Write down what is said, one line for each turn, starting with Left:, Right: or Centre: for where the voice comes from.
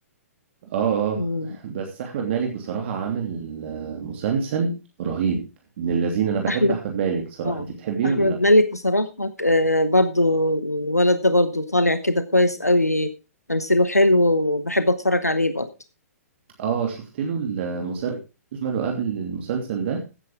Right: اه اه
Left: مم.
Right: <laughs> بس احمد مالك بصراحة عامل آه، مسلسل رهيب ابن الذين انا بحب
Left: احمد
Right: احمد مالك بصراحة
Left: اه
Right: انتي بتحبيه
Left: احمد
Right: ولا لا
Left: مالك بصراحة آه، برضو الولد ده برضو طالع كده كويس قوي تمثيله حلو وبحب اتفرج عليه برضو
Right: اه شفت له المسلسل اللي عمله قبل المسلسل ده